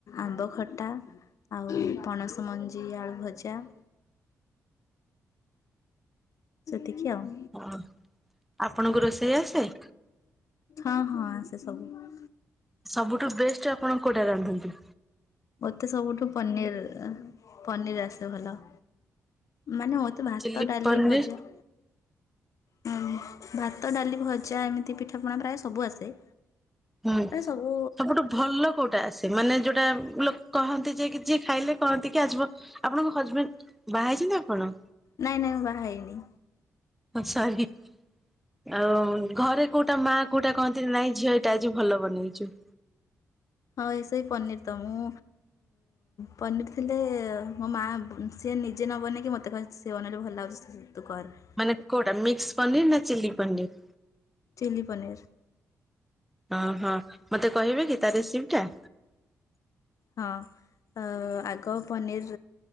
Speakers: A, on the left; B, in the centre.
A: ଆମ୍ବ ଖଟା ଆଉ ପଣସ ମଞ୍ଜି ଆଳୁଭଜା। ସେତିକି ଆଉ।
B: ଓ ଆପଣଙ୍କୁ ରୋଷେଇ ଆସେ?
A: ହଁ ହଁ ଆସେ ସବୁ।
B: ସବୁଠୁ ବେଷ୍ଟ ଆପଣ କୋଉଟା ରାନ୍ଧନ୍ତି?
A: ମତେ ସବୁଠୁ ପନିର୍ ପନିର୍ ଆସେ ଭଲ। ମାନେ ମତେ ଭାତ
B: ଚିଲି
A: ଡା଼ଲି
B: ପନିର
A: ଭଜା ହଁ ଭାତ ଡ଼ାଲି ଭଜା ଏମିତି ପିଠାପଣା ପ୍ରାୟ ସବୁ ଆସେ।
B: ହୁଁ
A: ପ୍ରାୟ ସବୁ
B: ସବୁଠୁ ଭଲ କୋଉଟାସେମାନେ ଯୋଉଟା ଲୋକ କହନ୍ତି ଯେ ଯିଏ ଖାଇଲେ କହନ୍ତି କି ଆଜିଵ ଆପଣଙ୍କ ହଜବେଣ୍ଡ ବାହାହେଛନ୍ତି ଆପଣ।
A: ନାଇଁ ନାଇଁ ମୁଁ ବାହା ହେଇନି।
B: ହଁ ସରି। ଆଉ ଘରେ କୋଉଟା ମା କୋଉଟା କହନ୍ତି ନାଇଁ ଝିଅ ଏଇଟା ଆଜି ଭଲ ବନେଇଛୁ।
A: ହଁ ସେଇ ପାନୀର ତ ମୁଁ ପନିର ଥିଲେ ମୋ ମା ସିଏ ନିଜେ ନ ବନେଇକି ମୋତେ କହେ ସିଏ ବନେଇଲେ ଭଲ ଲାଗୁଚି ତୁ କର।
B: ମାନେ କୋଉଟା ମିକ୍ସ ପନିର ନା ଚିଲ୍ଲି ପନିର।
A: ଚିଲ୍ଲୀ ପନୀର୍।
B: ଓହୋ ମତେ କହିବେ କି ତା ରେସିପିଟା?
A: ହଁ ଆଗ ପନିର୍